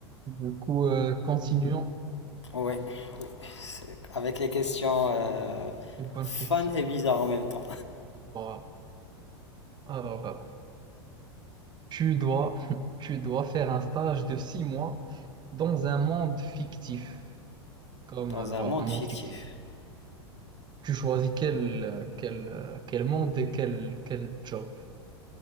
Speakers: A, on the right; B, on the left.
A: Du coup, euh, continuons.
B: Oui, oui. C'est- Avec les questions euh,
A: Une bonne
B: fun
A: question.
B: et bizarres en même temps.
A: Voilà. Alors, euh, tu dois, <laughs> tu dois faire un stage de six mois dans un monde fictif, comme
B: Dans
A: euh,
B: un
A: voilà,
B: monde
A: un monde
B: fictif.
A: fictif. Tu choisis quel, euh, quel, euh, quel monde et quel, quel job,